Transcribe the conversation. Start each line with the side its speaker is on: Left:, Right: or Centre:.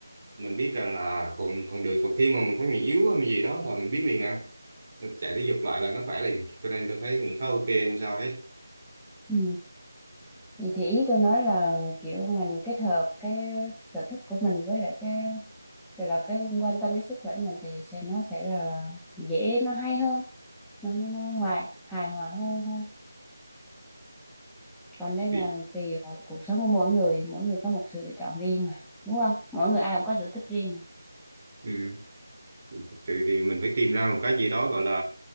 Right: mình biết rằng là còn còn được còn khi mà mình thấy mình yếu hay gì đó là mình biết liền à mình chạy thể dục lại là nó khỏe liền cho nên tôi thấy cũng khá ok không sao hết
Centre: Ừ. Vậy thì ý tôi nói là kiểu mình kết hợp cái sở thích của mình với lại cái cái là cái quan tâm đến sức khỏe mình thì sẽ nó sẽ là dễ nó hay hơn nó nó nó hòa hài hòa hơn thôi còn đây
Right: thì
Centre: là tùy vào cuộc sống của mỗi người mỗi người có một sự lựa chọn riêng mà đúng không mỗi người ai cũng có sở thích riêng mà
Right: ừ. thực sự thì mình phải tìm ra một cái gì đó gọi là